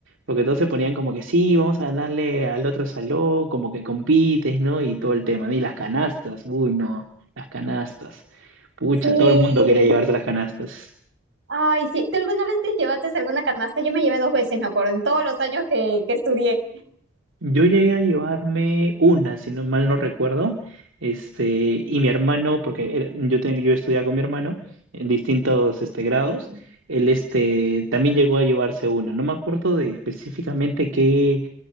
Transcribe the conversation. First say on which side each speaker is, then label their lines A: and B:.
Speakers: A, on the right; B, on the right.
A: Porque todos se ponían como que sí, vamos a ganarle al otro salón, como que compites, ¿no? Y todo el tema. Y las canastas, uy, no, las canastas. Pucha,
B: sí.
A: todo el mundo quería llevarse las canastas.
B: Ay, sí, ¿tú alguna vez te llevaste alguna canasta? Yo me llevé dos veces, me acuerdo, en todos los años que, que estudié.
A: Yo llegué a llevarme una, si no mal no recuerdo. Este, y mi hermano, porque era- yo, te- yo estudiaba con mi hermano en distintos este, grados, él este, también llegó a llevarse una. No me acuerdo de específicamente qué